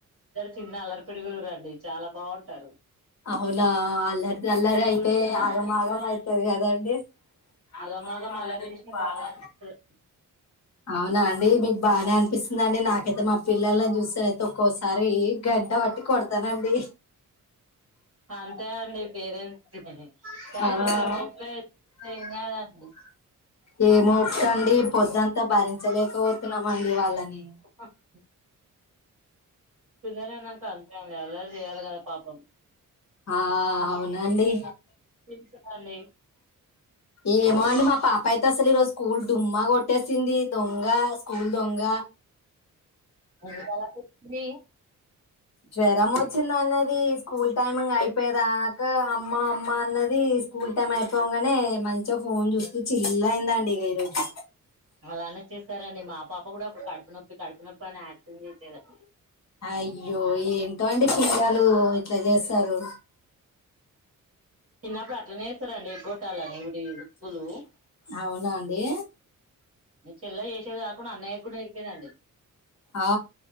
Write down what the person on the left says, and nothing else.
అవునా అల్లరిది అల్లరి
అయితే
ఆగం ఆగం అయితది కదండి అగమాగం
మల్లరి
పాగా
అవునా అండి మీకు బాగానే అనిపిస్తుందండి నాకైతే మా పిల్లలి చూస్తేనైతే ఒక్కోసారి గంటవట్టి కొడుతానండి
ఆ
ఏమొపికండి పొదుంతా భరించలేకపోతున్నామండి వాళ్ళని
ఆ అవునండి
ఏమో అండి మా పాపైతే అసలు ఈరోజు స్కూల్ డుమ్మా కొట్టేసింది దొంగ స్కూల్ దొంగ
జ్వరం వచ్చిందన్నది స్కూల్ టైమింగ్ అయిపోయేదా క అమ్మ అమ్మ అన్నది స్కూల్ టైం అయిపోంగానే మంచి ఫోన్ చూస్తు చిలైందండి ఇగ ఈరోజు
అయ్యో ఏంటో అండి పిల్లలు ఇట్లా చేస్తారు
అవునా అండి
ఆ